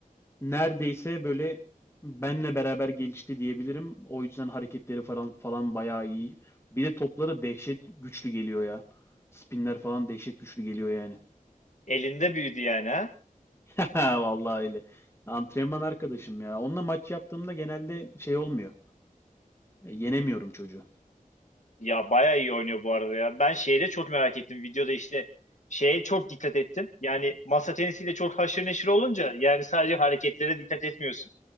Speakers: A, on the left; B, on the left.
A: neredeyse böyle benle beraber gelişti diyebilirim. O yüzden hareketleri falan falan bayağı iyi. Bir de topları dehşet güçlü geliyor ya. Spinler falan dehşet güçlü geliyor yani.
B: Elinde büyüdü yani
A: <laughs> Vallahi öyle. Antrenman arkadaşım ya. Onunla maç yaptığımda genelde şey olmuyor. E, Yenemiyorum çocuğu.
B: Ya bayağı iyi oynuyor bu arada ya. Ben şeyde çok merak ettim. Videoda işte şeye çok dikkat ettim. Yani masa tenisiyle çok haşır neşir olunca yani sadece hareketlere dikkat etmiyorsun.